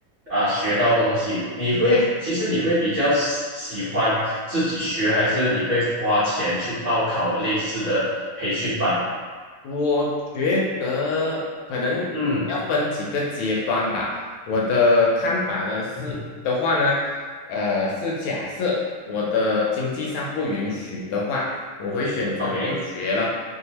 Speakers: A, on the right; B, on the left.
A: 啊学到东西。你会，
B: 对，
A: 其实你会比较喜喜欢自己学，还是你会花钱去报考类似的培训班？
B: 我觉得可能要分几个阶段吧。
A: 嗯
B: 我的看法呢是的话呢，
A: 嗯哼
B: 呃，是假设我的经济上不允许的话，我会选择自学了。
A: ，OK，